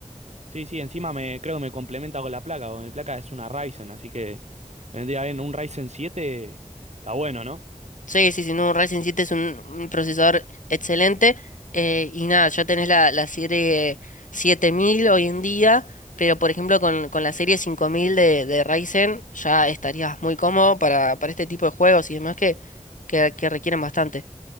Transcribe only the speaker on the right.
Sí, sí, encima me creo que me complementa con la placa, porque mi placa es una Ryzen, así que vendría bien un Ryzen siete está bueno, ¿no?